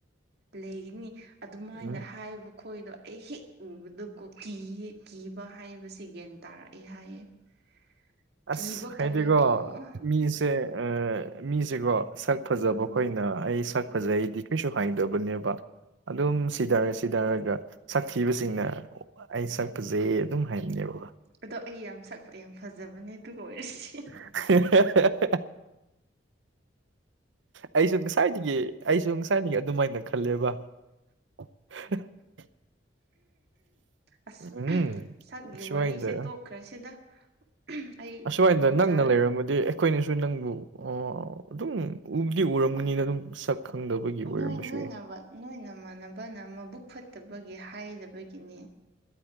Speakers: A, on the right; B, on the right.
A: ꯂꯩꯒꯅꯤ ꯑꯗꯨꯃꯥꯏꯅ
B: ꯎꯝ
A: ꯍꯥꯏꯕ ꯑꯏꯗꯣ ꯑꯩ ꯍꯦꯛ ꯎꯕꯗ ꯀꯣ ꯀꯤ ꯀꯤꯕ ꯍꯥꯏꯕꯁꯤꯦ ꯒ꯭ꯌꯥꯟ ꯇꯥꯔꯛꯑꯦ ꯍꯥꯏꯌꯦ <unintelligible>
B: ꯑꯁ ꯍꯥꯏꯗꯤꯀꯣ
A: ꯀꯔꯤꯅꯣ
B: ꯃꯤꯁꯦ ꯃꯤꯁꯦꯀꯣ ꯁꯛ ꯐꯖꯕꯈꯣꯏꯅ
A: ꯎꯝ
B: ꯑꯩ ꯁꯛ ꯐꯖꯩꯗꯤ ꯀꯩꯁꯨ ꯍꯥꯏꯗꯕꯅꯦꯕ ꯫ ꯑꯗꯨꯝ ꯁꯤꯗꯔꯦ ꯁꯤꯗꯔꯒ ꯁꯛꯊꯤꯕꯁꯤꯡꯅ ꯑꯩ ꯁꯛ ꯐꯖꯩ ꯑꯗꯨꯝ ꯍꯥꯏꯕꯅꯦꯕ
A: ꯑꯗꯣ ꯑꯩ ꯌꯥꯝ ꯁꯛ ꯌꯥꯝ ꯐꯖꯕꯅꯦ ꯑꯗꯨꯑꯏꯔꯗꯤ
B: <unintelligible> ꯑꯩꯁꯨ ꯉꯁꯥꯏꯗꯒꯤ ꯑꯩꯁꯨ ꯉꯁꯥꯏꯗꯒꯤ ꯑꯗꯨꯝꯥꯏꯅ ꯈꯜꯂꯦꯕ <unintelligible>
A: ꯑꯁ
B: ꯎꯝ
A: ꯁꯛꯒꯤ
B: ꯑꯁ꯭ꯋꯥꯏꯗ
A: ꯋꯥꯔꯤꯁꯦ ꯇꯣꯛꯈ꯭ꯔꯁꯤꯗ ꯑꯩ
B: ꯑꯁꯥꯏꯗ
A: ꯉꯝꯖꯔꯔꯣꯏ
B: ꯅꯛꯅ ꯂꯩꯔꯝꯃꯗꯤ ꯑꯩꯈꯣꯏꯅꯁꯨ ꯅꯪꯕꯨ ꯑꯗꯨꯝ ꯎꯕꯨꯗꯤ ꯎꯔꯝꯃꯅꯤꯅ ꯑꯗꯨꯝ ꯁꯛ ꯈꯪꯗꯕꯒꯤ ꯑꯣꯏꯔꯝꯕꯁꯨ
A: ꯅꯣꯏ ꯅꯣꯏꯅꯕ
B: ꯌꯥꯏ
A: ꯅꯣꯏꯅꯃꯥꯟꯅꯕꯅ ꯃꯕꯨꯛ ꯐꯠꯇꯕꯒꯤ ꯍꯥꯏꯕꯒꯤꯅꯦ